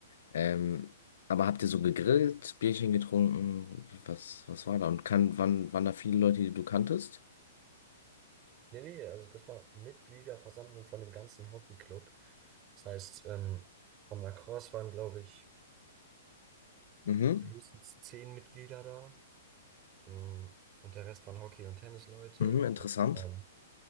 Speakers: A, on the left (about 75°); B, on the right (about 25°).
A: Ähm, aber habt ihr so gegrillt, Bierchen getrunken? Was, was war da? Und kann, waren, waren da viele Leute, die du kanntest?
B: Nee, nee, also das war Mitgliederversammlung von dem ganzen Hockeyclub. Das heißt, ähm, vom Lacrosse waren, glaube ich,
A: Mhm.
B: höchstens zehn Mitglieder da. Mm, Und der Rest waren Hockey- und Tennisleute
A: Mhm, interessant.
B: und es waren